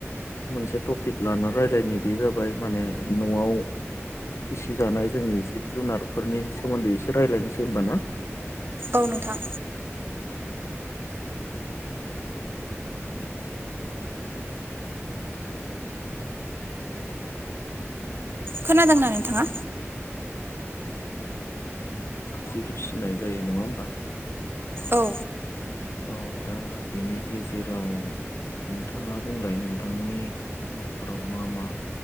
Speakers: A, on the left; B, on the right.
A: मोनसे टपिक लाना रायलायनि बे जाबाय माने न'आव फिसि जानाय जोंनि जिब जुनारफोरनि सोमोन्दै एसे रायज्लायनोसै होमबा ना?
B: औ नोंथां। खोनादोंना नोंथाङा?
A: जि फिसिनाय जायो नङा होमबा?
B: औ।
A: औ दा बेनि गेजेराव नोंथाङा बुंलाय नोंथांमोननि न'खराव मा मा